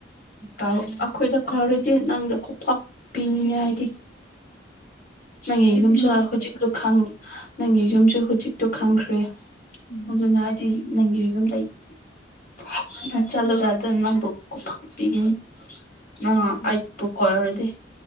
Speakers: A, on the left; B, on the left.
A: ꯇꯥꯎ ꯑꯈꯣꯏꯗ ꯀꯥꯎꯔꯗꯤ ꯅꯪꯗꯣ ꯈꯨꯄꯥꯛ ꯄꯤꯅꯤꯉꯦ ꯍꯥꯏꯗꯤ ꯅꯪꯒꯤ
B: ꯑꯩꯗꯤ
A: ꯌꯨꯝꯁꯨ
B: ꯅꯨꯡꯉꯥꯏꯇꯦꯀꯣ
A: ꯍꯨꯖꯤꯛꯇꯣ ꯈꯪꯉꯤ ꯅꯪꯒꯤ ꯌꯨꯝꯁꯨ ꯍꯨꯖꯤꯛꯇꯣ ꯈꯪꯈ꯭ꯔꯦ
B: ꯎꯝ
A: ꯑꯗꯨꯅꯥꯢꯗꯤ ꯅꯪꯒꯤ ꯌꯨꯝꯗ <unintelligible> ꯆꯠꯂꯒ ꯑꯗꯨ ꯅꯪꯕꯨ ꯈꯨꯄꯥꯛ ꯄꯤꯒꯅꯤ ꯅꯪ
B: ꯍꯣꯏ ꯄꯤꯌꯨ
A: ꯑꯩꯄꯨ ꯀꯣꯢꯔꯗꯤ